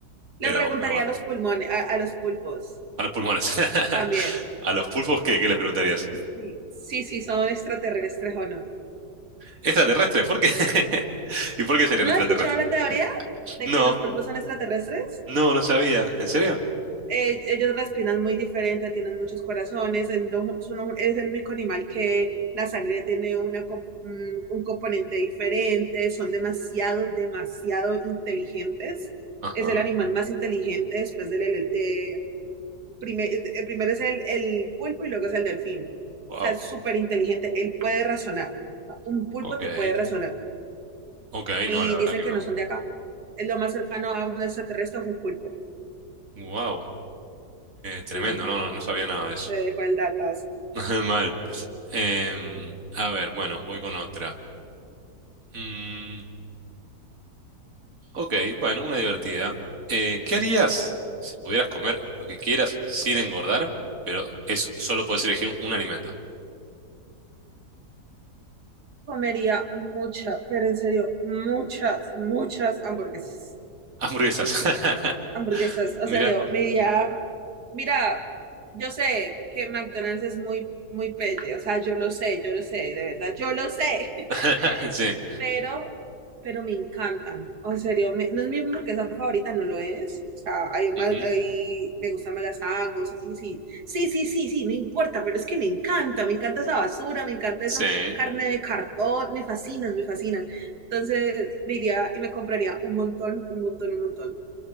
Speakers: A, on the right; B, on the right.
A: pero,
B: Le preguntaría
A: pero bueno,
B: a los pulmones, a, a los pulpos
A: a los pulmones. <laughs>
B: también.
A: ¿A los pulpos qué? ¿Qué les preguntarías?
B: Sí, sí, sí, son extraterrestres o no.
A: ¿Extraterrestres? ¿Por qué? <laughs> ¿Y por qué serían
B: ¿No
A: extraterrestres?
B: has escuchado la teoría de
A: No,
B: que los pulpos son extraterrestres?
A: no, no sabía. ¿En serio?
B: eh, ellos respiran muy diferente, tienen muchos corazones, es, lo- son un- es el único animal que la sangre tiene una, co- un, un componente diferente, son demasiado, demasiado inteligentes.
A: Ajá.
B: Es el animal más inteligente después del... ele- De, primer- el primero es el, el pulpo y luego es el delfín.
A: Wow.
B: O sea, es súper inteligente, él puede razonar. O sea, un pulpo
A: Ok.
B: te puede razonar.
A: Ok,
B: Y
A: no, la verdad
B: dicen
A: que
B: que
A: no.
B: no son de acá. Es lo más cercano a un extraterrestre es un pulpo.
A: Wow. tremendo,
B: Mm,
A: no, no, no sabía nada de eso.
B: te dejo el dato
A: <laughs> Mal. Em, a ver, bueno, voy con otra. Mm. Ok, bueno, una divertida. Eh, ¿qué harías si pudieras comer lo que quieras sin engordar, pero eso solo puedes elegir un, un alimento?
B: Comería mucha, pero en serio, muchas, muchas hamburguesas.
A: Hamburguesas. <laughs>
B: Hamburguesas, en
A: Mira.
B: serio, me iría. Mira, yo sé que McDonald's es muy, muy pelle, o sea, yo lo sé, yo lo sé, de verdad, yo lo sé.
A: <laughs>
B: <laughs>
A: Sí.
B: pero, pero me encantan. O en serio, me- no es mi hamburguesa favorita, no lo es. O sea, hay más,
A: Ujú.
B: hay- me gustan más las Angus, así, sí. Sí, sí, sí, sí, no importa, pero es que me encanta, me encanta esa basura, me encanta
A: Sí.
B: esa carne de cartón, me fascinan, me fascinan. Entonces, me iría y me compraría un montón, un montón, un montón.